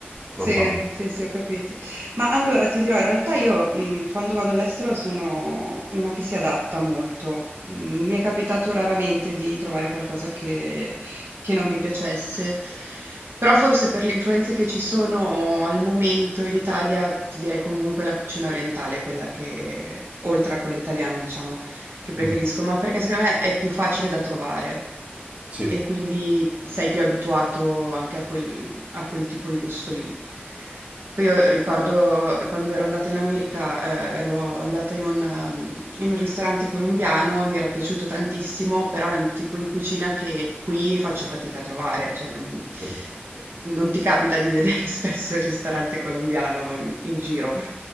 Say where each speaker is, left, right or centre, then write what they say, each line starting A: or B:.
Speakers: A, on the right; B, on the right.
A: roba.
B: Sì,
A: no.
B: sì, sì, ho capito. Ma allora ti dirò, in realtà io, mhmm, quando vado all'estero sono una che si adatta molto. Mhmm, mi è capitato raramente di trovare qualcosa che che non mi piacesse, però forse per le influenze che ci sono al momento in Italia, ti direi comunque la cucina orientale è quella che oltre a quella italiana diciamo, che preferisco,
A: Mm,
B: ma perché secondo me è più facile da trovare
A: Sì,
B: e quindi sei più abituato anche a quel ha quel tipo di gusto lì. Poi io ricordo eh, quando ero andata in America, ehm, ero andata in un mhmm, in un ristorante colombiano, mi era piaciuto tantissimo, però è un tipo di cucina che qui faccio fatica a trovare, cioè non ehm,
A: sì,
B: non ti capita di vedere <laughs> spesso il ristorante colombiano in in giro.